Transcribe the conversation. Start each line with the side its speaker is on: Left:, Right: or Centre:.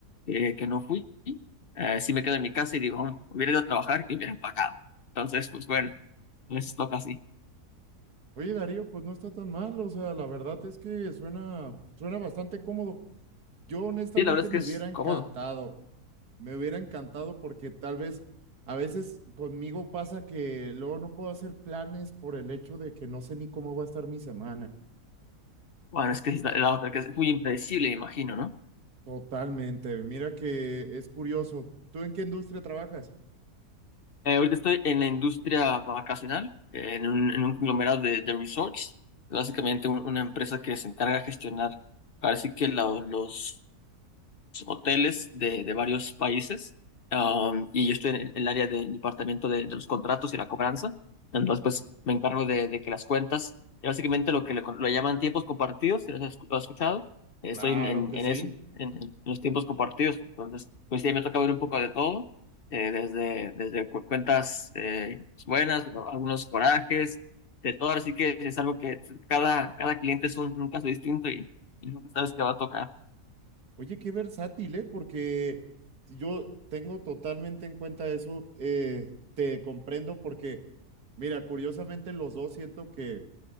Left: eh, que no fui, eh, sí me quedo en mi casa y digo, "Mm, hubiera ido a trabajar y hubiera empacado. Entonces, pues bueno, a veces toca así.
Right: Oye, Darío, pues no está tan mal, o sea, la verdad es que suena, suena bastante cómodo. Yo honestamente
Left: Sí, la verdad es
Right: me
Left: que es
Right: hubiera encantado,
Left: cómodo.
Right: me hubiera encantado porque tal vez a veces conmigo pasa que luego no puedo hacer planes por el hecho de que no sé ni cómo va a estar mi semana.
Left: Bueno, es que es la, la otra, que es muy impredecible, me imagino, ¿no?
Right: Totalmente. Mira que es curioso. ¿Tú en qué industria trabajas?
Left: Eh, ahorita estoy en la industria vacacional, eh, en un, en un conglomerado de, de resorts, básicamente un- una empresa que se encarga de gestionar, parece que los, hoteles de, de varios países um, y yo estoy en el, en el área del departamento de, de los contratos y la cobranza. Entonces, pues me encargo de, de que las cuentas, eh, básicamente lo que le, lo llaman tiempos compartidos, si lo has escu- lo has escuchado, eh,
Right: Claro
Left: estoy en, en,
Right: que
Left: en
Right: sí.
Left: eso, en, en los tiempos compartidos. Entonces, pues sí, me toca ver un poco de todo, eh, desde, desde cu- cuentas eh, buenas, algunos corajes, de todo. Así que es algo que cada, cada cliente es un, un caso distinto y, y es lo que sabes que va a tocar.
Right: Oye, qué versátil, ¿eh? Porque si yo tengo totalmente en cuenta eso. eh, te comprendo porque, mira, curiosamente los dos siento que,